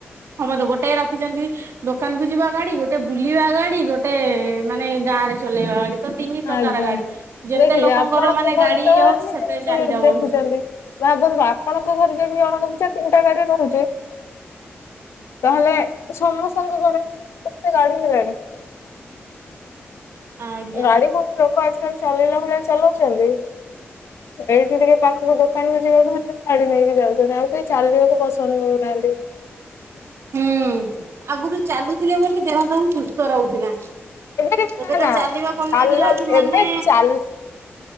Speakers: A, on the right; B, on the left.
A: ଆମର ତ ଗୋଟାଏ ରଖିଛନ୍ତି ଦୋକାନ କୁ ଯିବା ଗାଡି ଗୋଟେ ବୁଲିବା ଗାଡି ଗୋଟେ ମାନେ ଗାଁ ରେ ଚଲେଇବା ଗାଡି। ତ ତିନି ପ୍ରକାର
B: ଆଜ୍ଞା।
A: ଗାଡି ଯେତେ
B: ଦେଖିଲେ
A: ଲୋକଙ୍କର
B: ଆପଣଙ୍କ
A: ମାନେ
B: ଘରେ
A: ଗାଡି
B: ତ
A: ଇଏ
B: ଏମିତି
A: ହୋଉଛି ସେତେ ଚାହିଦା
B: ଦେଖୁଛନ୍ତି।
A: ବଢୁଛି।
B: ଭାବନ୍ତୁ ଆପଣଙ୍କ ଘରେ ଯଦି ଜଣଙ୍କ ପିଛା ତିନିଟା ଗାଡି ରହୁଛି ତାହେଲେ ସମସ୍ତଙ୍କ ଘରେ କେତେ ଗାଡି ହେଲାଣି।
A: ଆଜ୍ଞା
B: ଗାଡି କଣ ଲୋକ ଆଜିକାଲି ଚାଲେଇଲା ଭଳିଆ ଚଲଉଛନ୍ତି। ଏଇଠି ଟିକେ ପାଖକୁ ଦୋକାନକୁ ଯିବାକୁ ହେଲେ ଗାଡି ନେଇକି ଯାଉଛନ୍ତି ଆଉ କେହି ଚାଲିବାକୁ ପସନ୍ଦ କରୁନାହାନ୍ତି।
A: ହୁଁ ଆଗରୁୁ ଚାଲୁଥିଲେ ବୋଲି ଦେହ ସବୁ ସୁସ୍ଥ ରହୁଥିଲା।
B: ଟିକେ ନା
A: ଏବେ ତ
B: ନା
A: ଚାଲିବା କମେଇଦେଲାଠୁ
B: ଚାଲୁ
A: ମାନେ
B: ଏବେ ଚାଲ